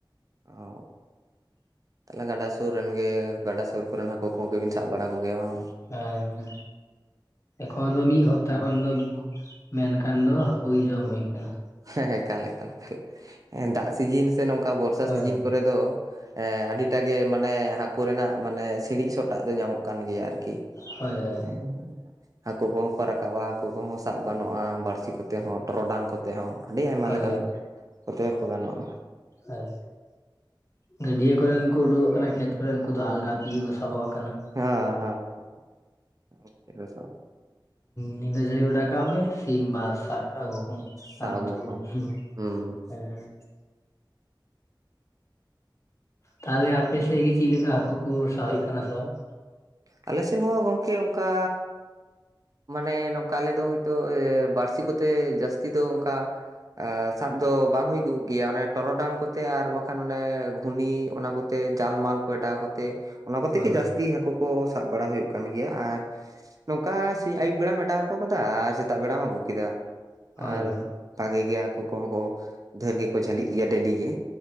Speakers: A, on the right; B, on the left.
A: ᱚ ᱛᱟᱦᱞᱮ ᱜᱟᱰᱟ ᱥᱩᱨ ᱨᱮᱱ ᱜᱮ ᱜᱟᱰᱟ ᱥᱩᱨ ᱠᱚᱨᱮᱱ ᱦᱟᱠ ᱠᱩ ᱠᱚᱜᱮᱵᱮᱱ ᱥᱟᱜ ᱵᱟᱲᱟ ᱠᱚᱜᱮᱭᱟ ᱵᱟᱝ?
B: ᱦᱚᱭ᱾ ᱮᱠᱷᱚᱱ ᱫᱚ ᱢᱤᱜ ᱦᱚᱯᱛᱟ ᱠᱷᱚᱱ ᱫᱚ ᱢᱮᱱ ᱞᱮᱠᱷᱟᱱ ᱫᱚ ᱦᱟᱹᱠᱩ ᱜᱮ ᱡᱚᱢ ᱦᱩᱭᱩᱜ ᱠᱟᱱᱟ᱾
A: ᱦᱮᱸ ᱮᱠᱟᱞ ᱮᱠᱟᱞ ᱮᱸ ᱫᱟᱜ ᱥᱤᱡᱤᱱ ᱥᱮ ᱱᱚᱝᱠᱟ ᱵᱚᱨᱥᱟ
B: ᱦᱳᱭ
A: ᱥᱤᱡᱤᱱ ᱠᱚᱨᱮ ᱫᱚ ᱮᱸ ᱟᱹᱰᱤᱴᱟᱜ ᱜᱮ ᱢᱟᱱᱮ ᱦᱟᱹᱠᱩ ᱨᱮᱱᱟᱜ ᱢᱟᱱᱮ ᱥᱤᱬᱤᱡ ᱥᱚ ᱴᱟᱜ ᱫᱚ ᱧᱟᱢᱚᱜ ᱠᱟᱱ ᱜᱮᱭᱟ ᱟᱨᱠᱤ
B: ᱦᱳᱭ ᱦᱳᱭ
A: <unintelligible> ᱦᱟᱹᱠᱩ ᱠᱚᱦᱚᱸ ᱠᱚ ᱨᱟᱠᱟᱵᱼᱟ ᱦᱟᱹᱠᱩ ᱠᱚᱦᱚᱸ ᱥᱟᱵ ᱜᱟᱱᱚᱜᱼᱟ ᱵᱟᱹᱲᱥᱤ ᱠᱚᱛᱮ ᱦᱚᱸ ᱴᱚᱨᱚᱰᱟᱝ ᱠᱚᱛᱮ ᱦᱚᱸ, ᱟᱹᱰᱤ ᱟᱭᱢᱟ
B: ᱦᱳᱭ
A: ᱞᱮᱠᱟᱱ
B: ᱦᱳᱭ
A: ᱠᱚᱛᱮ ᱠᱚᱸ ᱜᱟᱱᱚᱜᱼᱟ᱾
B: ᱦᱮᱸ ᱜᱟᱹᱰᱭᱟᱹ ᱠᱚᱨᱮᱱ ᱠᱚ ᱩᱰᱩᱠᱚᱜ ᱠᱟᱱᱟ ᱠᱷᱮᱛ ᱠᱚᱨᱮ ᱩᱱᱠᱩ ᱫᱚ ᱟᱞᱜᱟ ᱛᱮᱜᱮ ᱠᱚ ᱥᱟᱵᱚᱜ ᱠᱟᱱᱟ᱾
A: ᱦᱮᱸ ᱦᱮᱸ <unintelligible>
B: ᱧᱤᱫᱟᱹ ᱡᱷᱟᱹᱞᱤ ᱚᱰᱟ ᱠᱟᱜ ᱢᱮ ᱥᱤᱧ ᱵᱟ ᱥᱟᱵ᱾ ᱟᱹᱜᱩ ᱠᱚᱢ
A: ᱥᱟᱵ
B: ᱟᱨ ᱩᱛᱩ
A: ᱟᱹᱜᱩ
B: ᱠᱚᱢ
A: ᱠᱚᱣᱟᱢ
B: ᱦᱩᱸ
A: ᱦᱩᱸ
B: ᱦᱮᱸ, ᱛᱟᱦᱚᱞᱮ ᱟᱯᱮᱥᱮᱫ ᱜᱮ ᱪᱮᱫ ᱞᱮᱠᱟ ᱦᱟᱹᱠᱩ ᱠᱩ ᱥᱟᱵ ᱦᱩᱭᱩᱜ ᱠᱟᱱᱟ ᱥᱮ ᱵᱟᱝ?
A: ᱟᱞᱮᱥᱮᱫ ᱦᱚᱸ ᱜᱚᱝᱠᱮ ᱚᱱᱠᱟᱻ, ᱢᱟᱱᱮ ᱱᱚᱝᱠᱟ ᱟᱞᱮ ᱫᱚ ᱦᱳᱭᱛᱳ ᱵᱟᱹᱲᱥᱤ ᱠᱚᱛᱮ ᱡᱟᱹᱥᱛᱤ ᱫᱚ ᱚᱱᱠᱟ, ᱮᱸ ᱥᱟᱵ ᱫᱚ ᱵᱟᱝ ᱦᱩᱭ ᱠᱚ ᱜᱮᱭᱟ ᱚᱱᱮ ᱴᱚᱨᱚᱰᱟᱝ ᱠᱚᱛᱮ ᱟᱨ ᱵᱟᱝᱠᱷᱟᱱ ᱚᱱᱮ ᱜᱷᱩᱱᱤ ᱚᱱᱟ ᱠᱚ ᱛᱮ ᱡᱟᱞᱢᱟᱞ ᱠᱚ ᱮᱰᱟᱣ ᱠᱚ ᱛᱮ ᱚᱱᱟ ᱠᱚᱛᱮ
B: ᱦᱳᱭ
A: ᱜᱮ ᱡᱟᱹᱥᱛᱤ ᱦᱟᱹᱠᱩ ᱠᱩ ᱥᱟᱵ ᱵᱟᱲᱟ ᱦᱩᱭᱩᱜ ᱠᱟᱱ ᱜᱮᱭᱟ ᱟᱨ ᱱᱚᱝ ᱚᱠᱟ ᱥᱤᱧ ᱟᱹᱭᱩᱵ ᱵᱮᱲᱟᱢ ᱮᱰᱟᱣ ᱦᱚᱴᱚ ᱠᱟᱫᱟᱜ ᱟᱨ ᱥᱮᱛᱟᱜ ᱵᱮᱲᱟᱢ ᱟᱹᱜᱩ ᱠᱮᱫᱟ ᱟᱨ,
B: ᱦᱳᱭ ᱦᱳᱭ
A: ᱵᱷᱟᱜᱮ ᱜᱮ ᱦᱟᱹᱠᱩ ᱠᱚᱦᱚᱸ ᱠᱚ ᱰᱷᱮᱨ ᱜᱮᱠᱚ ᱡᱷᱟᱹᱞᱤᱜ ᱜᱮᱭᱟ ᱰᱮᱞᱤ ᱜᱮ